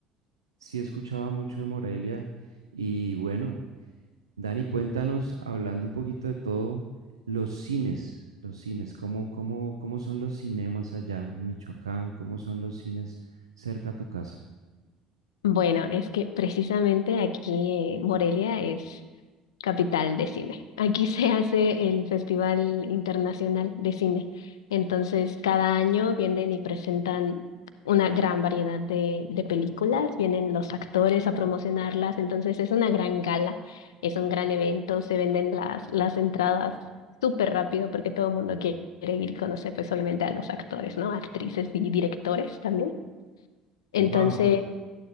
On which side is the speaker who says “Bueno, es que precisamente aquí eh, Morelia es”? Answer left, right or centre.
Left